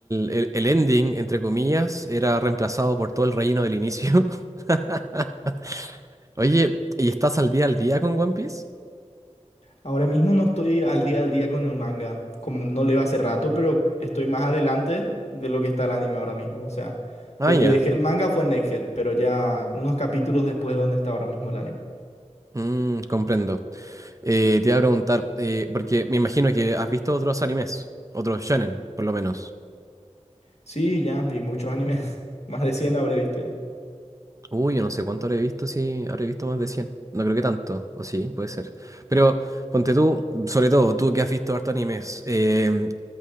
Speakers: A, on the right; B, on the left.
A: el, el ending, entre comillas, era reemplazado por todo el relleno del inicio. <laughs> Oye, ¿y estás al día al día con One Piece?
B: Ahora mismo no estoy al día al día con el manga, como no leo hace rato, pero estoy más adelante de lo que está el anime ahora mismo. O sea,
A: Ah,
B: donde
A: ya.
B: dejé el manga fue en Egghead, pero ya unos capítulos después de donde está ahora mismo el anime.
A: Mm, comprendo. Eh, te iba a preguntar, eh, porque me imagino que has visto otros animes, otros shonen, por lo menos.
B: Sí, ya vi muchos animes. <laughs> Más de 100 habré visto ya.
A: Uy, yo no sé cuánto habré visto, si habré visto más de cien No creo que tanto, o sí, puede ser. Pero ponte tú, sobre todo, tú que has visto harto animes, eh,